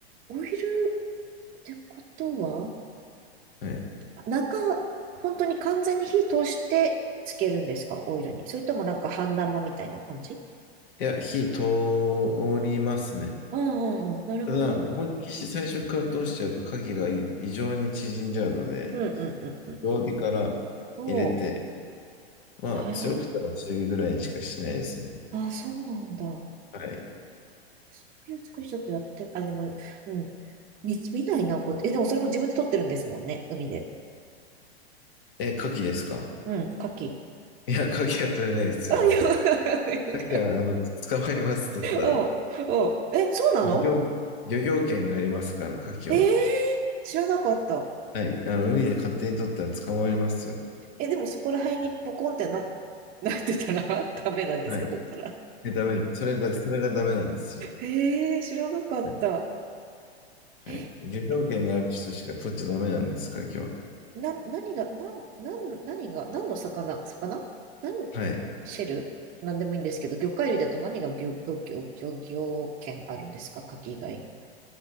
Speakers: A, on the right; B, on the left.
A: オイルってことは、
B: はい
A: あ中、本当に完全に火通してつけるんですかオイルに。それともなんか半生みたいな感じ
B: いや、火通りますね。
A: うんうんうん。なるほど。
B: ただ、思いっきし最初から通しちゃうと影がい異常に縮んじゃうので、
A: うんうんうんうん。
B: 弱火から入れて、
A: おう。
B: まあ強くても中火ぐらいにしかしないですね。
A: へえ。あ、そうなんだ。
B: はい。
A: そういう作りちょっとやって、あ、でも、うん。見、見ないな、こうやって。え、でもそれも自分で撮ってるんですもんね、海で。
B: え、牡蠣ですか
A: うん、牡蠣。
B: <laughs> いや、牡蠣は取れないですよ。
A: あ、ヨガ、ヨ
B: 牡蠣は、あの、捕まえます、取ったら。
A: おう、おう。え、そうなの
B: 漁業、漁業権がありますから、牡蠣は。
A: えー、知らなかった。
B: はい。あの、海で勝手に取ったら捕まりますよ。
A: え、でもそこら辺にポコンってな、<laughs> なってたら <laughs> ダメなんですか、
B: はい。
A: 取ったら。
B: で、ダメ、それだ、それがダメなんですよ。
A: えー、知らなかった。
B: はい。
A: え、
B: はい。漁業権のある人しか取っちゃダメなんです、
A: え、
B: 牡蠣は。
A: な、何が、なん、なん、何が、何の魚、魚なん
B: はい。
A: シェルなんでもいいんですけど、魚介類だと何が漁、漁、漁、漁業権あるんですか、牡蠣以外に。